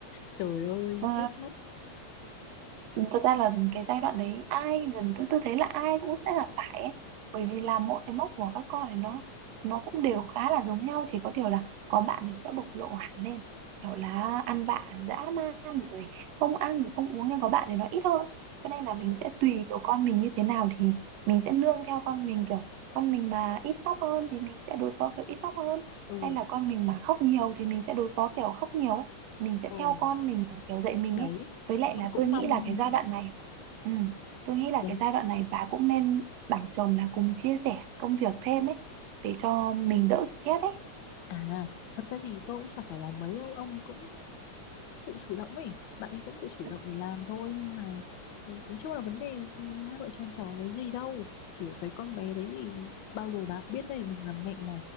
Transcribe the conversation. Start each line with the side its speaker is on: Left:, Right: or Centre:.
Left: trời ơi
Right: Ờ,
Left: chết mất
Right: thật ra là cái giai đoạn đấy ai gần tôi tôi thấy là ai cũng sẽ gặp phải ấy. bởi vì là mỗi cái mốc của các con này nó nó cũng đều khá là giống nhau chỉ có điều là có bạn thì sẽ bộc lộ hẳn lên kiểu là ăn vạ dã man rồi không ăn rồi không uống nhưng có bạn thì nó ít hơn cho nên là mình sẽ tùy kiểu con mình như thế nào thì mình sẽ nương theo con mình kiểu con mình mà ít khóc hơn thì mình sẽ đối phó kiểu ít khóc hơn
Left: ừ
Right: hay là con mình mà khóc nhiều thì mình sẽ đối phó kiểu khóc nhiều ấy mình sẽ
Left: ừ
Right: theo con mình mà kiểu dạy mình
Left: đấy
Right: ấy với lại
Left: tôi
Right: là
Left: cũng
Right: tôi nghĩ
Left: mong
Right: là cái giai đoạn này ừ, tôi nghĩ là
Left: đấy
Right: cái giai đoạn này bà cũng nên bảo chồng là cùng chia sẻ công việc thêm ấy để cho mình đỡ stress ấy
Left: à thật ra thì tôi cũng chả phải là mấy đâu ông cũng tự chủ động ấy bạn ấy cũng tự chủ
Right: ừ,
Left: động để làm thôi nhưng mà ừ, nói chung là vấn đề thì hai vợ chồng cháu với gì đâu chỉ có cái con bé đấy thì bao giờ bạn biết đấy mình làm mẹ mà